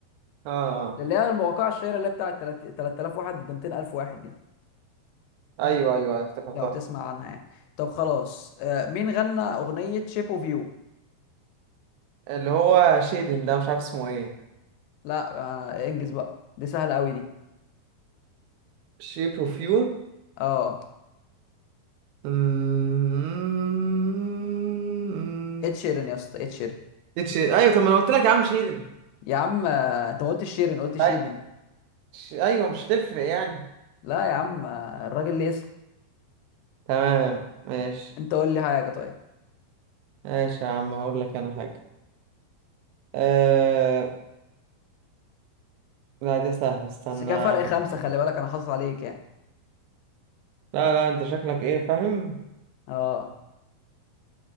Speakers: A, on the right; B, on the left.
A: اه آه.
B: اللي هي الواقعه الشهيره اللي هي بتاعت 3000 واحد ضد 200000 واحد دي
A: ايوه ايوه أيوة، افتكرتها
B: لو تسمع عنها يعني طب خلاص آه مين غنى اغنيه شيب اوف يو
A: اللي هو شيدن ده مش عارف اسمه ايه
B: لا آه انجز بقى دي سهله قوي دي
A: شيب اوف يو
B: اه
A: أمم.
B: اتشيرن يا اسطى اتشيرن
A: اتش ايوه طب ما انا قلت لك يا عم شيلن
B: يا عم آه، انت ما قلتش شيرين قلت شيدن
A: أي- ش- ايوه مش تفرق يعني
B: لا يا عم آه، الراجل ليه اسم
A: تمام ماشي
B: انت قول لي حاجه طيب
A: ماشي يا عم هقول لك انا حاجه أه... لا دي سهله استنى
B: بس كده
A: افكر
B: فرق خمسه خلي بالك انا حاصل عليك يعني
A: لا لا انت شكلك ايه فاهم
B: اه